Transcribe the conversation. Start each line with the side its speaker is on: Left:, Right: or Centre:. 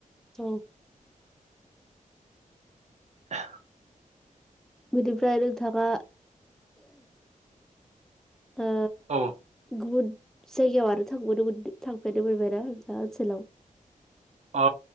Centre: औ
Right: <inaudible>
Centre: बिदिब्ला नोंथाङा ओ
Right: औ
Centre: गुबुन जायगायाव आरो थांबावनो मोनदो थांफेरनो मोनबायना दा नोंथाङा ओनसोलाव
Right: अ